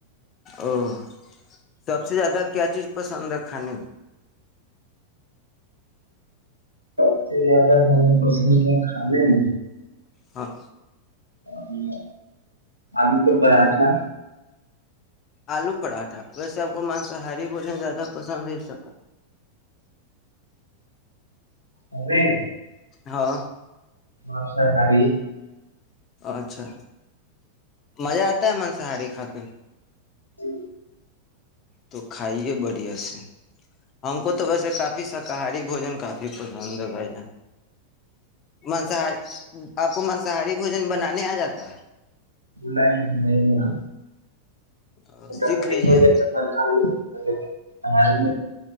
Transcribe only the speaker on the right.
سب سے زیادہ مل پسند کیا کانیں
ہاں <unintelligible> آبھی ک پر آ تھا <unintelligible> ہ <unintelligible>
ہمیں
مانساہاری
جی <inaudible>
نہیں نہیں ن <unintelligible>
م <unintelligible>
ہاں
<unintelligible> ا ہ